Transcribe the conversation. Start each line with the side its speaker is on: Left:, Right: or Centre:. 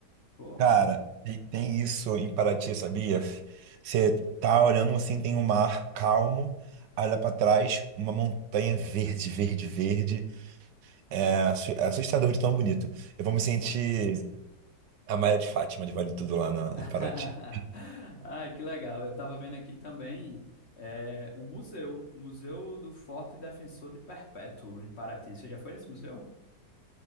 Left: Pô,
Right: Cara, tem, tem isso em Paraty, sabia? Você tá olhando assim, tem um mar calmo, olha pra trás, uma montanha verde, verde, verde. É, assu- é assustador de tão bonito. Eu vou me
Left: sim.
Right: sentir a Maria de Fátima de Vale Tudo lá na,
Left: <laughs>
Right: em Paraty.
Left: Ai, que legal. Eu estava vendo aqui também é, um museu, Museu do Forte Defensor de Perpétuo, em Paraty. Você já foi nesse museu?